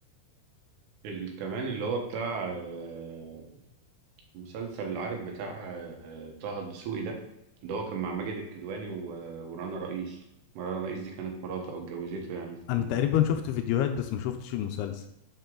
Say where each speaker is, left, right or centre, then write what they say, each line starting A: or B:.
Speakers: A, on the right; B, on the left.
A: ال- كمان اللي هو بتاع آه، مسلسل عارف بتاع آه، طه الدسوقي ده اللي هو كان مع ماجد الكدواني و- ورانا رئيس ما رانا رئيس دي كانت مراته أو اتجوزته يعني في
B: انا
A: ال-
B: تقريبا شفت فيديوهات بس ما شفتش المسلسل